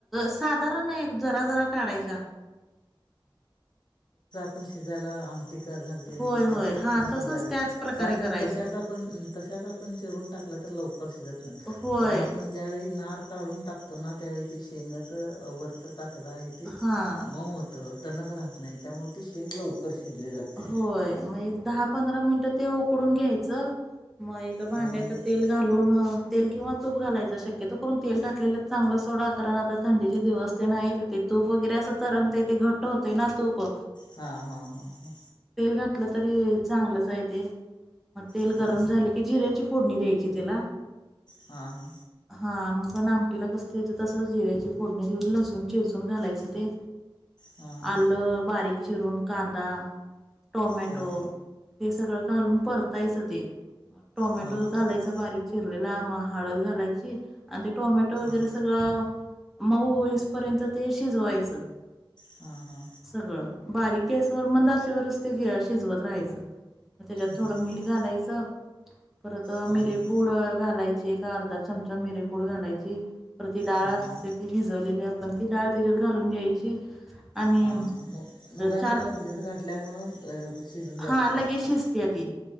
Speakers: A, in the centre; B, on the left.
A: साधारण आहे जरा जरा काढायच्या.
B: पण शिजायला आम टी, घालते
A: होय,
B: त्या
A: होय.
B: पटकन
A: हां, तसंच
B: शिजाव
A: त्याच प्रकारे
B: का
A: करायचं.
B: तशच आपण तशच आपण चिरून टाक लवकर शिजत नाइत
A: होय.
B: पण आपण ज्यावेळी नार काढून टाकतो ना त्यावेळी ते शेंगाच वरच कातड आहे ते
A: हां.
B: मऊ होत टनक राहत नाही त्यामुळे ती शेंग लवकर शिजली जाते
A: होय मग एक दहा पंधरा मिनिटं ते उकडून घ्यायचं, म एका भांड्यात
B: हां हां
A: तेल घालून तेल किंवा तूप घालायच शक्यतो करून तेल घातलेलं चांगलं सोडा कारण आता थंडीचे दिवस ते हायत ते तूप वगैरे असं तरंगतय ते घट होतंय ना तूप
B: हा हा हा हा.
A: तेल घातलं तरी चांगलंचय ते मग तेल
B: हां
A: गरम झाले की जिरे फोडणी द्यायची त्याला
B: हा हा.
A: हा पण आमटीला कसं देतं तस जिऱ्याची फोडणी देऊन लसूून चेचून घालायचं ते
B: हां हां
A: आलं बारीक चिरून कांदा टोमॅटो
B: हां हां
A: हे सगळं घालून परतायचं ते म टोमॅटो
B: हां हां
A: घालायचा बारीक चिरलेला हळद घालायची आणि ते टोमॅटो वैगरे
B: हां हां हां
A: सगळं मऊ होईस पर्यंत ते शिजवायचं
B: हा हा.
A: सगळं बारीक गॅसवर मंद आचेवर ते घ शिजवत राहायचं. म तेज्यात थोडं
B: बरं
A: मीठ
B: बरं
A: घालायचं. परत अ
B: हां
A: मिरेपूड
B: हां
A: घालायची एक अर्धा चमचा मिरेपूड घालायची. तर ती डाळ
B: हां
A: असत्याती
B: हां
A: भिजवलेली आपण ती डाळ तेज्यात घालून घ्यायची. आणि
B: हा हा मु मुगाची
A: चार
B: तवा भिजत घात ल्यामुळे शिजूनं जाते
A: हा लगेच
B: पटकन
A: शिजत्या ती